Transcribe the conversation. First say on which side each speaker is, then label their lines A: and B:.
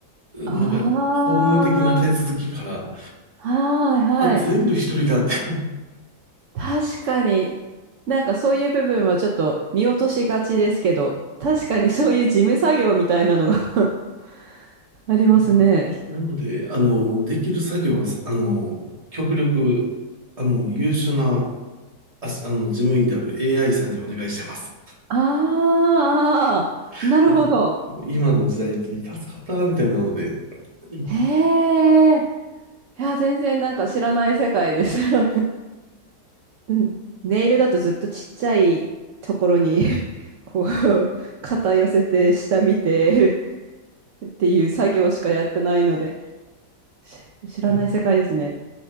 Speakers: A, on the right; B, on the right.
A: うんなんか、
B: ああ、
A: 法務的な手続きから、
B: はいはい。
A: あ、全部一人だって。
B: 確かに、なんかそういう部分はちょっと見落としがちですけど、確かにそういう事務作業みたいなのが <laughs> ありますね。
A: うんなので、あの、できる作業は、あの、極力、あの、優秀なあし、あの、事務員である AI さんにお願いしてます。
B: ああ、
A: <laughs>
B: なるほど。
A: もう、もう今の時代って助かったみたいなので。うん
B: へえ。いや、全然なんか知らない世界です。<laughs> うんネイルだとずっとちっちゃいところに <laughs> こう、肩寄せて、下見て <laughs> っていう作業しかやってないので、し知らない世界ですね。
A: いや、